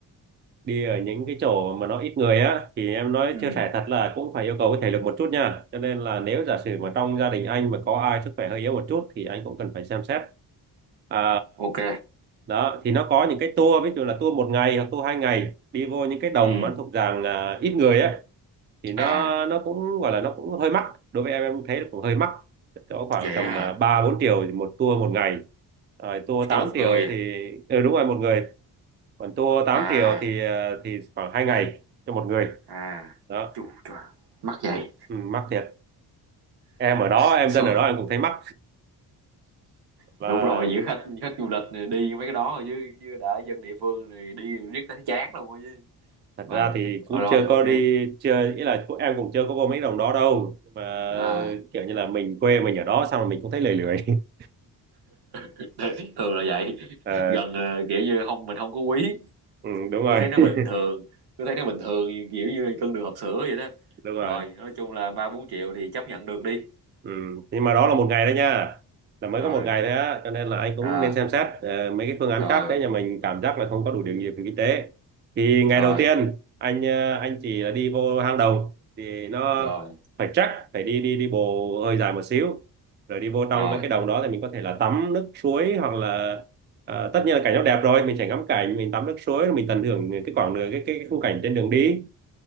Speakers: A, on the right; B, on the right.
A: đi ở những cái chỗ mà nó ít người á thì em nói
B: ừ
A: chia sẻ thật là cũng phải yêu cầu cái thể lực một chút nha cho nên là nếu giả sử mà trong gia đình anh mà có ai sức khỏe hơi yếu một chút thì anh cũng cần phải xem xét à,
B: ok
A: đó thì nó có những cái tour ví dụ là tour một ngày hoặc tour hai ngày đi vô những cái đồng
B: ừ
A: mà nó thuộc dạng à, ít người á thì nó
B: à
A: nó cũng gọi là nó cũng hơi mắc đối với em em thấy cũng hơi mắc có khoảng
B: vậy
A: tầm
B: á hả
A: à, ba bốn triệu thì một tour một ngày rồi tour
B: cho
A: 8
B: một người
A: triệu thì ừ, đúng rồi một người còn tour tám
B: à
A: triệu thì ờ, thì khoảng 2 ngày cho một người
B: à
A: đó
B: chu trời mắc vậy
A: ừ, mắc thiệt em ở đó
B: <laughs>
A: em dân ở
B: rồi
A: đó em cũng thấy mắc
B: đúng
A: và
B: rồi giữa khách khách du lịch này đi mấy cái đó rồi chứ chứ đã dân địa phương thì đi riết thấy chán luôn rồi chứ
A: thật
B: mà
A: ra thì
B: ờ,
A: cũng
B: rồi
A: chưa
B: ok
A: có đi chưa ý là cũng- em cũng chưa có vô mấy đồng đó đâu Nhưng mà
B: à
A: kiểu như là mình quê mình ở đó xong rồi mình cũng thấy lười lười <laughs>
B: <laughs> thường là vậy
A: Ờ,
B: gần ờ, kiểu như không mình không có quý
A: ừ, đúng rồi
B: cứ thấy nó
A: <laughs>
B: bình thường cứ thấy nó bình thường kiểu như cân đường hộp sữa vậy đó
A: đúng rồi
B: rồi nói chung là ba bốn triệu thì chấp nhận được đi
A: Ừ. Nhưng mà đó là một ngày đấy nha là mới
B: rồi
A: có một ngày thôi á cho nên là anh cũng
B: à
A: nên xem xét ờ, mấy cái phương án
B: rồi
A: khác đấy nhà mình cảm giác là không có đủ điều kiện về kinh tế thì ngày
B: rồi
A: đầu tiên anh ờ, anh chỉ là đi vô hang động thì nó
B: rồi
A: phải chắc phải đi đi đi bộ hơi dài một xíu rồi đi vô trong
B: rồi
A: mấy cái đồng đó thì mình có thể là tắm nước suối hoặc là ờ, tất nhiên là cảnh nó đẹp rồi mình sẽ ngắm cảnh mình tắm nước suối rồi mình tận hưởng cái quãng đường cái cái, cái khung cảnh trên đường đi